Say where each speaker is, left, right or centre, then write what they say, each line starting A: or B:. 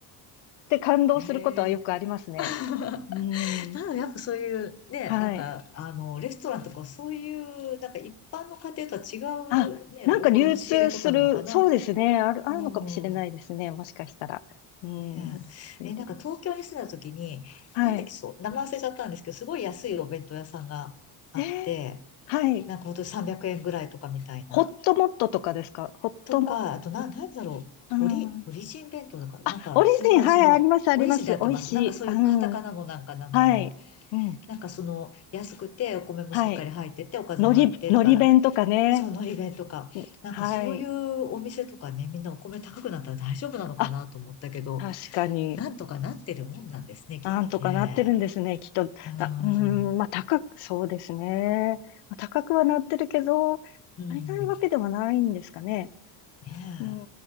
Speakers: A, on the left (about 80°); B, on the left (about 30°).
A: で感動することはよくありますね。
B: ん。へえ。<laughs>
A: うん。
B: なので、やっぱそういう、ね、
A: はい。
B: なんか、あの、レストランとか、そういう、なんか一般の家庭とは違
A: あ、
B: う、ね、
A: なんか流通する、
B: お米の仕入れとかなのかな。
A: そうですね。ある、あるのかもしれないですね。
B: うん。
A: もしかしたら。うん。
B: ね
A: いいです。
B: え。え、なんか東京に住んだ時に、
A: はい。
B: なんだっけ、そう、名前忘れちゃったんですけど、すごい安いお弁当屋さんがあって、
A: えーはい。
B: なんか本当に300円ぐらいとかみたいな。
A: ホットモットとかですかホットモットとか
B: とか、あとな、なんだろう。
A: うん。
B: オリ、オリジン弁当だから、
A: あ、
B: なんかそういう感じの、
A: オリジン、はい、あります、あります。
B: オリジンでやってます。
A: 美味しい。
B: なんかそういうカタカナのなんか名前の、
A: うん。はい。うん。
B: なんかその安くてお米もしっかり入ってて、
A: はい。
B: おかずもあってとかな、
A: 海苔、海苔弁とかね。
B: そう、のり弁とか、
A: うんはい。
B: なんかそういうお店とかね、みんなお米高くなったら大丈夫なのかなと思ったけど、
A: あ、確かに。
B: なんとかなってるもんなんですね、きっとね。
A: なんとかなってるんですね、きっと。
B: うん、
A: あ、うーん、まあ高く、そうですね。まあ、高くはなってるけど、
B: うん、
A: 足りないわけではないんですかね。
B: ね
A: うー